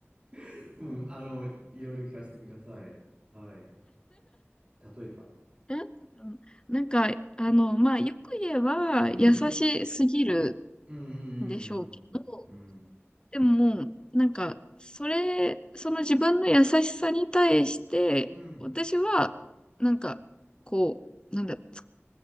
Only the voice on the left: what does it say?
なんなんか、あの、まあ、よく言えば、
優しすぎる
んでしょうけど、
でももう、なんか、それ、その自分の優しさに対して、
私は、なんか、こう、なんだ、つ